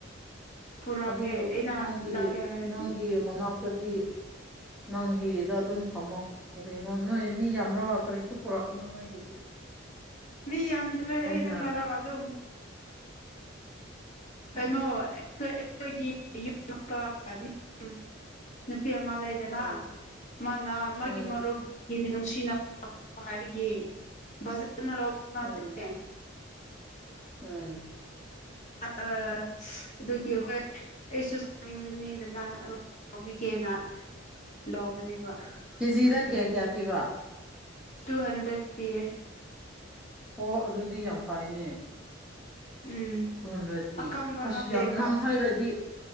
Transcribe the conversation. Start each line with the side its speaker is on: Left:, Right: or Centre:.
Left: ꯄꯨꯔꯛꯀꯦ
Centre: ꯑꯗꯨꯕꯨ
Left: ꯑꯩꯅ
Centre: ꯅꯪꯒꯤ
Left: ꯂꯥꯛꯀꯦ ꯍꯥꯏꯔꯗꯤ
Centre: ꯅꯪꯒꯤ ꯃꯅꯥꯛꯇꯗꯤ ꯅꯪꯒꯤꯗ ꯑꯗꯨꯝ ꯊꯝꯃꯣ ꯀꯔꯤꯅꯣ ꯅꯣꯏ ꯃꯤ ꯌꯥꯝꯔꯥ ꯀꯔꯤꯁꯨ ꯄꯨꯔꯛꯀꯅꯣ ꯅꯣꯏꯒꯤꯗꯤ
Left: ꯃꯤ ꯌꯥꯝꯗ꯭ꯔꯦ
Centre: ꯑꯩꯅ
Left: ꯑꯩꯗꯪ ꯉꯔ ꯑꯗꯨꯝ ꯀꯩꯅꯣ
Centre: ꯎꯝ
Left: ꯑꯩꯈꯣꯏꯒꯤ ꯌꯨꯝ <unintelligible> ꯅꯨꯄꯤ ꯑꯃ ꯂꯩꯗꯅ
Centre: ꯎꯝ
Left: ꯃꯥꯅ ꯃꯥꯒꯤ
Centre: ꯎꯝ
Left: ꯃꯔꯨꯞ ꯑꯩꯗꯤ ꯅꯨꯡꯁꯤꯅꯕ ꯍꯥꯏꯕꯒꯤ <unintelligible> ꯂꯧꯕ ꯅꯠꯇꯦ
Centre: ꯎꯝ ꯎꯝ
Left: ꯥꯑ ꯑꯗꯨꯒꯤ ꯍꯣꯏ ꯑꯩꯁꯨ ꯆꯥꯅꯤꯡ ꯉꯤꯗꯅ ꯑꯗꯨꯝ ꯂꯧꯕꯤꯒꯦꯅ ꯂꯧꯕꯅꯦꯕ
Centre: ꯀꯦꯖꯤꯗꯥ
Left: ꯑꯗꯣ
Centre: ꯀꯌꯥ ꯀꯌꯥ ꯄꯤꯕ
Left: ꯇꯨ ꯍꯟꯗ꯭ꯔꯦꯠ ꯄꯤꯌꯦ
Centre: ꯑꯣ ꯑꯗꯨꯗꯤ ꯌꯥꯝ ꯐꯩꯅꯦ
Left: ꯎꯝ
Centre: ꯇꯨꯍꯟꯗ꯭ꯔꯠꯗꯤ
Left: ꯑꯀꯪꯕ ꯅꯠꯇꯦꯕ
Centre: ꯑꯁꯤ ꯅꯪ ꯍꯥꯏꯔꯗꯤ